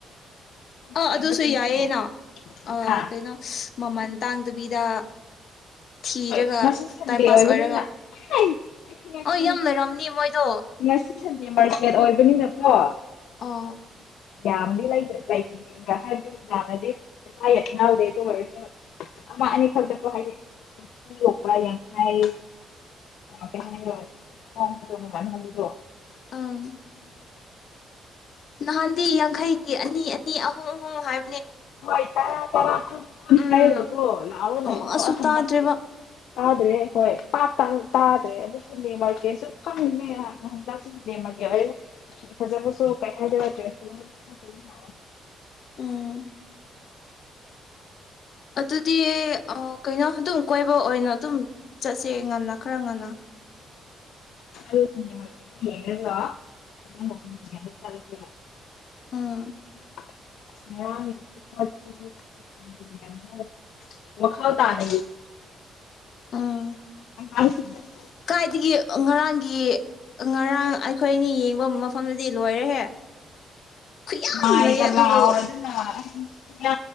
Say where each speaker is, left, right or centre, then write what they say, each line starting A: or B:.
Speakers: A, on the left; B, on the left.
A: ꯑꯃꯨꯛꯀ
B: ꯑꯥ ꯑꯗꯨꯁꯨ
A: ꯌꯦꯡꯕ ꯆꯠꯅꯤꯡꯉꯤꯅꯦ
B: ꯌꯥꯏꯌꯦꯅ ꯑ
A: ꯍꯥ
B: ꯀꯩꯅꯣ ꯃꯃꯜ ꯇꯥꯡꯗꯕꯤꯗ ꯊꯤꯔꯒ
A: ꯍꯣꯏ ꯉꯁꯤ ꯁꯟꯗꯦ
B: ꯇꯥꯏꯝ ꯄꯥꯁ
A: ꯑꯣꯏꯕꯅꯤꯅ
B: ꯑꯣꯏꯔꯒ
A: ꯑꯩ ꯈꯪꯉꯦ
B: ꯑꯣ
A: ꯈꯪꯉꯦ
B: ꯌꯥꯝ ꯂꯩꯔꯝꯅꯤ ꯃꯣꯏꯗꯣ
A: ꯉꯁꯤ ꯁꯟꯗꯦ ꯃꯥꯔꯀꯦꯠ ꯑꯣꯏꯕ ꯕꯅꯤꯅꯀꯣ <unintelligible>
B: ꯑꯥ
A: ꯌꯥꯝꯗꯤ ꯂꯩꯇꯕꯤ ꯍꯥꯏꯕꯗꯤ ꯌꯥꯝꯅꯗꯤ ꯄꯩꯁꯥ ꯏꯅꯥꯎꯗꯦ ꯑꯗꯨ ꯑꯣꯏꯔꯁꯨ ꯑꯃ ꯑꯅꯤ ꯈꯛꯇꯀꯣ ꯍꯥꯏꯗꯤ ꯂꯨꯄꯥ ꯌꯥꯡꯈꯩ ꯑ ꯀ <unintelligible> ꯃꯃꯜ ꯍꯂꯗꯣ <unintelligible>
B: ꯑꯥ ꯅꯍꯥꯟꯗꯤ ꯌꯥꯡꯈꯩꯒꯤ ꯑꯅꯤ ꯅꯤ ꯑꯍꯣ ꯑꯣ ꯍꯥꯏ
A: ꯍꯣꯏ ꯇꯔꯥ ꯇꯔꯥ ꯀꯨꯟ ꯀꯨꯟ
B: ꯎꯝ
A: ꯍꯥꯏꯔꯒꯀꯣ ꯂꯥꯎꯔ
B: ꯑꯃꯁꯨ
A: ꯂꯩꯕꯗꯣ
B: ꯇꯥꯗ꯭ꯔꯦꯕ
A: ꯍꯟꯗꯛꯇꯤ ꯇꯥꯗ꯭ꯔꯦ ꯍꯣꯏ ꯄꯥꯛꯇ ꯇꯥꯗ꯭ꯔꯦ ꯑꯗꯨ ꯁꯟꯗꯦ ꯃꯥꯔꯀꯦꯠꯁꯨ ꯈꯪꯅꯤꯅꯦ ꯁꯟꯗꯦ ꯃꯥꯔꯀꯦꯠ ꯐꯖꯕꯁꯨ ꯀꯩ ꯍꯥꯏꯗꯔ ꯗ꯭ꯔꯦꯁꯥꯛꯦ <unintelligible>
B: ꯎꯝ ꯑꯗꯨꯗꯤ ꯑ ꯀꯩꯅꯣ ꯑꯗꯨꯝ ꯀꯣꯏꯕ ꯑꯣꯏꯅ ꯑꯗꯨꯝ ꯆꯠꯁꯦ ꯉꯟꯅ ꯈꯔ ꯉꯟꯅ
A: ꯎꯝꯂ ꯆ ꯃ ꯀꯦꯗꯂ ꯑꯗꯨꯗ ꯆꯂꯁꯤꯔ <unintelligible>
B: ꯎꯝ
A: <unintelligible> ꯋꯥꯈꯥꯎ ꯇꯥꯅ
B: ꯎꯝ
A: ꯃꯥ ꯁꯤ <unintelligible>
B: ꯀꯥꯏꯗꯒꯤ ꯉꯔꯥꯡꯒꯤ ꯉꯔꯥꯡ ꯑꯩꯈꯣꯏꯅꯤ ꯌꯦꯡꯕ ꯃꯐꯝꯗꯨꯗꯤ ꯂꯣꯏꯔꯦꯍꯦ ꯈꯨꯌꯥꯝ
A: ꯃꯥꯏꯒ
B: ꯂꯩꯌꯦ ꯑꯗꯨꯕꯨ
A: ꯂꯥꯎꯔꯗꯨꯅ ꯁꯤꯅ